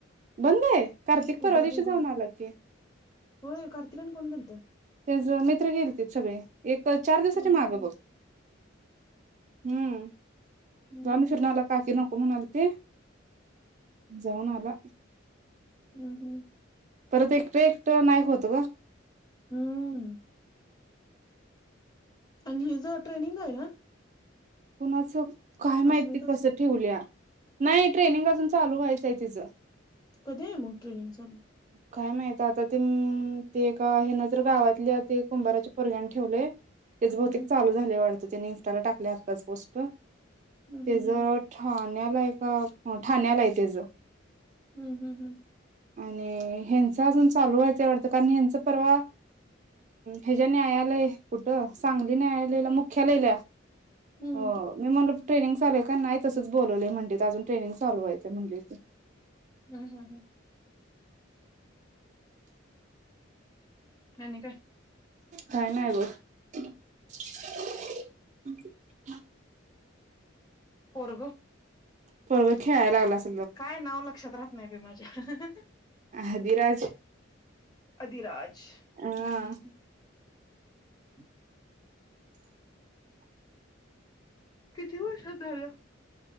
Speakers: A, on the right; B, on the left.
A: बंद आहे कार्तिक
B: कुबा
A: परवा दिवशी
B: बिबा
A: जाऊन आला की.
B: होय कार्तिकान कोण गेलत
A: त्यांच मित्र गेलतीत सगळे. एक तर चार दिवसाची
B: होय
A: मागं बघ हम्म
B: हम्म
A: जाऊन
B: हम्म
A: फिरून आला काकी नको म्हणाल ते जाऊन आला.
B: हम्म हम्म.
A: परत एकटं एकटं नाई होतं ग.
B: हम्म. आणि हिज ट्रेनिंग आहे ना.
A: कोणाचं? काय माहिती
B: अस्मिताच
A: कसं ठेवलीया. नाही ट्रेनिंग अजून चालू व्हायचंय तिच.
B: कधी ये मग ट्रेनिंग चालू?
A: काय माहित आता ते ते ए का हे न तर गावातल्या ते कुंभाराच्या पोरग्यान ठेवलये तेच बहुतेक
B: हम्म
A: चालू झालय वाटत. त्याने इस्टाला टाकलय आताच पोस्ट
B: हम्म
A: तेज
B: हम्म
A: ठाण्यात का ठाण्याला ये तेझ.
B: हम्म हम्म हम्म.
A: आणि ह्यांच अजून चालू व्हायचं आवडतं कारण ह्यांचा परवा हे जे न्यायालय कुठं सांगली न्यायालयाला मुख्यलयला
B: हम्म
A: हो मी म्हणलं ट्रेनिंग चालूय का नाही तसंच बोलावलेय म्हणलीत अजून ट्रेनिंग चालू व्हायच म्हणलीत.
B: हम्म हम्म हम्म. आणि काय?
A: काय नाय बग. <unintelligible>
B: पोरग.
A: पोरग खेळाय लागलास
B: काय नाव लक्षात राहत नाही बाई माझ्या
A: आदिराज
B: अदीराज
A: अ
B: हम्म. <unintelligible> किती वर्षाचा झाला?